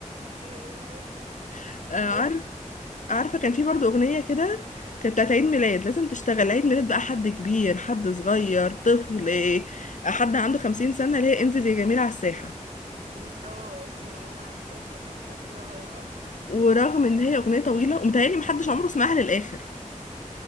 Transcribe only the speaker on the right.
ايوه أيوة.
بس
إن- اه انزل يا جماعه على الساحه هتمطر كده بالراحه